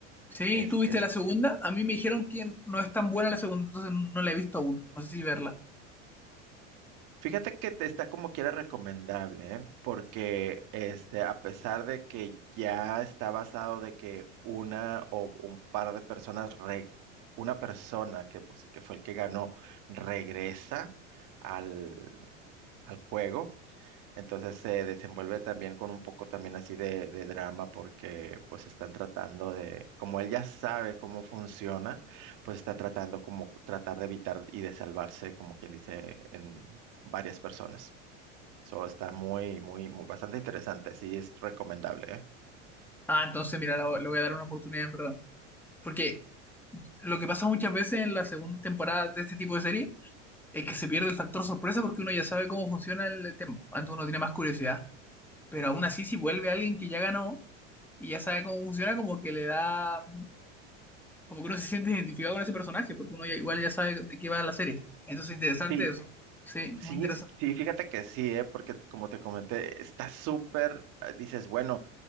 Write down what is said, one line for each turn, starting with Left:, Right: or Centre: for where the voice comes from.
Centre: Sí,
Right: Este,
Centre: ¿tú viste la segunda? A mí me dijeron que no es tan buena la segunda, entonces no la he visto aún. No sé si verla.
Right: Fíjate que te está como quiera recomendable, ¿eh? Porque este, a pesar de que ya está basado de que una o un par de personas, re- una persona que, pues, que fue el que ganó, regresa al, al juego, entonces se desenvuelve también con un poco también así de, de drama porque pues están tratando de, como él ya sabe cómo funciona, pues está tratando como tratar de evitar y de salvarse, como quien dice, en varias personas. So, está muy, muy, muy, bastante interesante. Sí, es recomendable, ¿eh?
Centre: Ah, entonces mira, la- le voy a dar una oportunidad en verdad. Porque lo que pasa muchas veces en la segunda temporada de este tipo de serie es que se pierde el factor sorpresa porque uno ya sabe cómo funciona el tema. Antes uno tiene más curiosidad. Pero aún así, si vuelve alguien que ya ganó y ya sabe cómo funciona, como que le da, como que uno se siente identificado con ese personaje, porque uno ya- igual ya sabe de qué va la serie. Entonces, interesante
Right: Sí,
Centre: eso. Sí,
Right: sí,
Centre: muy interesante.
Right: sí, fíjate que sí, ¿eh? Porque te- como te comenté, está súper, eh, dices, bueno,